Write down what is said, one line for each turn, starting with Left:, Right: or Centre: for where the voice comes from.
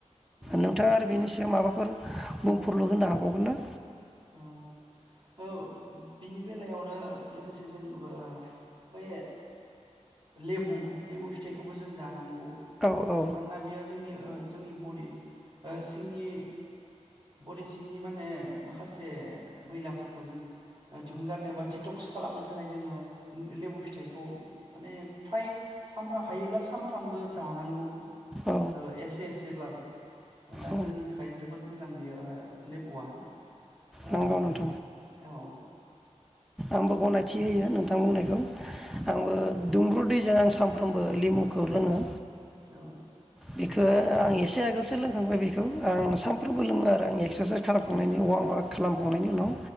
Right: नंगौ
Centre: नोंथाङा
Right: नोंथां
Centre: आरो बेनि सायाव माबा फोर बुंफुरलु होनो हाबावगोन ना
Right: औ ओ बिनि बेलायावनो लोगोसे जों ब बै लेबु लेबु फिथाइखौबो जों जानां गौ
Centre: औ औ
Right: मानोना बेयो जोंनि ओ जोंनि बदि सिंनि बदि सिंनि माने माखासे मैलाफोरखौ जों दिहुनगारनो बा दिटक्स खालामनो थाखाय जोङो लेबु फिथाइखौ माने फ्राय सानफ्राम हायोब्ला सानफ्रामबो जानांगौ
Centre: औ
Right: ओ एसे एसेब्लाबो माने‌
Centre: औ
Right: जोंनि थाखाय जोबोद मोजां बियो ओ लेबुआ ओं
Centre: नंगौ नोंथां
Right: औ
Centre: आंबो गनायथि होयो नोंथां बुंनायखौ आंबो दुंब्रुद दैजों आं सामफ्रोमबो लिमुखौ लोङो।
Right: औ
Centre: बिखो आं एसे आगोलसो लोंखांबाय बिखौ आं सानफ्रोमबो लोङो आरो आं एक्सारसाइस खालामखांनायनि वारमवार्क खालामखांनायनि उनाव